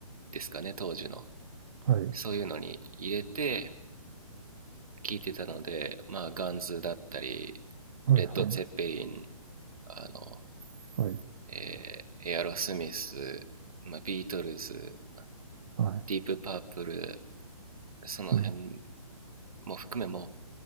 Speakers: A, on the right; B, on the right.
A: ですかね、当時の。
B: はい。
A: そういうのに入れて聴いてたので、まあ、ガンズだったり、
B: はい。
A: レッド・
B: はい。
A: ツェッペリン、あの、
B: はい。
A: えーエアロスミス、まあ、ビートルズ、
B: はい
A: ディープ・パープル、その辺
B: うん。
A: も含めも、